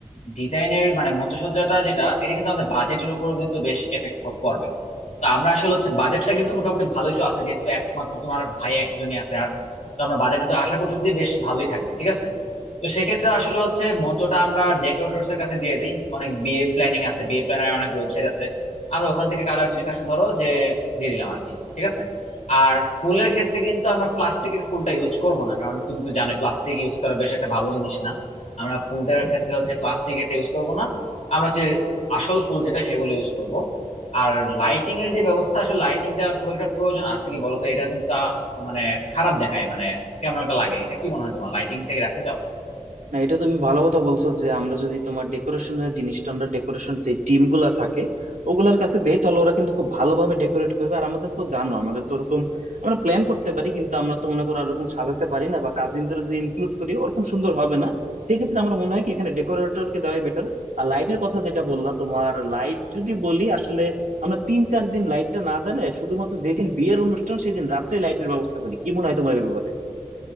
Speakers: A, on the left (about 65°); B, on the right (about 80°).
A: ডিজাইনের মানে মঞ্চসজ্জাটা যেটা এটা কিন্তু আমাদের বাজেটের উপরও কিন্তু বেশ এফেক্ট পড়বে তো আমরা আসলে হচ্ছে বাজেটটা কিন্তু মোটামুটি ভালোই তো আছে যেহেতু একমাত্র তোমার ভাই একজনই আছে আর তো আমরা বাজেটটা তো আশা করতেছি যে বেশ ভালোই থাকবে ঠিক আছে তো সেক্ষেত্রে আসলে হচ্ছে মঞ্চটা আমরা ডেকোরেটরস এর কাছে দিয়ে দিই অনেক বিয়ে প্ল্যানিং আছে বিয়ে প্ল্যানার অনেক ওয়েবসাইট আছে আমরা ওখান থেকে কারো একজনের কাছে ধরো যে দিয়ে দিলাম আর কি ঠিক আছে আর ফুলের ক্ষেত্রে কিন্তু আমরা প্লাস্টিকের ফুলটা ইউজ করব না কারণ তুমি তো জানো প্লাস্টিক ইউজ করা বেশ একটা ভালো জিনিস না আমরা ফুলটার ক্ষেত্রে হচ্ছে প্লাস্টিক এটা ইউজ করব না আমরা হচ্ছে আসল ফুল যেটা সেগুলো ইউজ করব আর লাইটিং এর যে ব্যবস্থা আসলে লাইটিংটা খুব একটা প্রয়োজন আছে কি বলতো এটা কিন্তু আ- একটা মানে খারাপ দেখায় মানে কেমন একটা লাগে এটা কি মনে হয় তোমার লাইটিংটাকে রাখতে চাও
B: না এটা তুমি ভালো কথা বলছো যে আমরা যদি তোমার ডেকোরেশনের জিনিসটা আমরা ডেকোরেশন যে টিম গুলা থাকে ওগুলার কাছে দেই তাহলে ওরা কিন্তু খুব ভালোভাবে ডেকোরেট করবে আর আমাদের তো জানো আমাদের তো ওরকম আমরা প্ল্যান করতে পারি কিন্তু আমরা তো মনে করো আর ওরকম সাজাতে পারি না বা কাজিনদের যদি ইনক্লুড করি ওরকম সুন্দর হবে না সেক্ষেত্রে আমার মনে হয় কি এখানে ডেকোরেটরকে দেওয়াই বেটার আর লাইটের কথা যেটা বললা তোমার লাইট যদি বলি আসলে আমরা তিন চার দিন লাইটটা না দিলে শুধুমাত্র যেদিন বিয়ের অনুষ্ঠান সেদিন রাত্রে লাইটের ব্যবস্থা করি কি মনে হয় তোমার এই ব্যাপারে